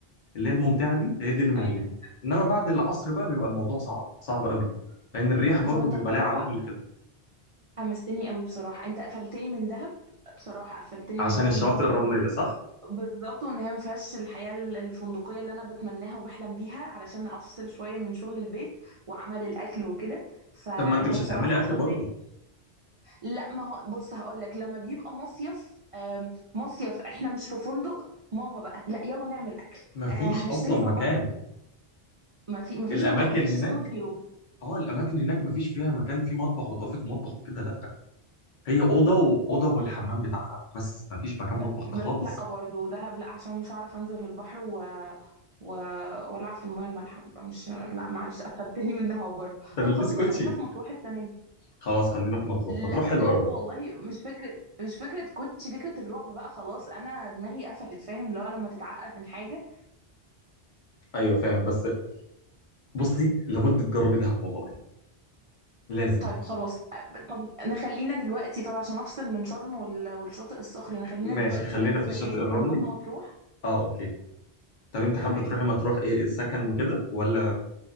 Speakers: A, on the left; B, on the right.
A: اللي هي الممتعه دي هي دي اللي موجوده
B: ايوه
A: انما بعد العصر بقى بيبقى الموضوع صعب صعب قوي لان الرياح برضو
B: طب انت
A: بيبقى
B: بصراحة
A: ليها عوامل وكده
B: حمستني قوي بصراحة انت قفلتني من دهب بصراحة قفلتني
A: عشان
B: من دهب
A: الشواطئ
B: ان هو برضو
A: الرمليه
B: ال-
A: صح
B: بالظبط وان هي ما فيهاش الحياة ال- الفندقية اللي انا بتمناها وبحلم بيها علشان افصل شوية من شغل البيت وعمل الاكل وكده فانت
A: طب ما انت مش
B: بصراحة
A: هتعملي اكل
B: قفلتني
A: برضو
B: لا ما هو بص هقول لك لما بيبقى مصيف آم، مصيف احنا مش في فندق ماما بقى لا يلا نعمل اكل
A: مفيش
B: آه، هنشتري
A: اصلا مكان
B: من بره ما في ما فيش
A: الاماكن
B: مطاق ما فيش
A: هناك
B: استوديو
A: اه الاماكن هناك مفيش فيها مكان فيه مطبخ وطافي في مطبخ وكده لا هي اوضه واوضه والحمام بتاعها بس مفيش مكان
B: بس
A: مطبخ ده
B: بس
A: خالص
B: لا برضه دهب لا عشان مش هعرف انزل البحر و... و... والعب في المياه المالحه يبقى مش لا معلش قفلتني منها برضه
A: انت بتلبسي
B: طب خلاص
A: كوتشي
B: نخلينا في مطروح السنه دي
A: خلاص خلينا في مطروح مطروح
B: لا
A: حلوه
B: لا
A: قوي والله
B: والله مش فكره مش فكره كوتش فكره الرعب بقى خلاص انا دماغي قفلت فاهم اللي هو لما تتعقد من حاجه
A: ايوه فاهم بس بصي لابد تجربي دهب والله لازم
B: طيب خلاص طب نخلينا دلوقتي طب عشان افصل من شرم وال... والشاطئ الصخري نخلينا
A: ماشي
B: دلوقتي
A: خلينا
B: الاجازه
A: في الشاطئ
B: الجايه
A: الرملي
B: دي نروح مطروح
A: اه اوكي طب انت حابه
B: تمام
A: تروحي مطروح ايه سكن وكده ولا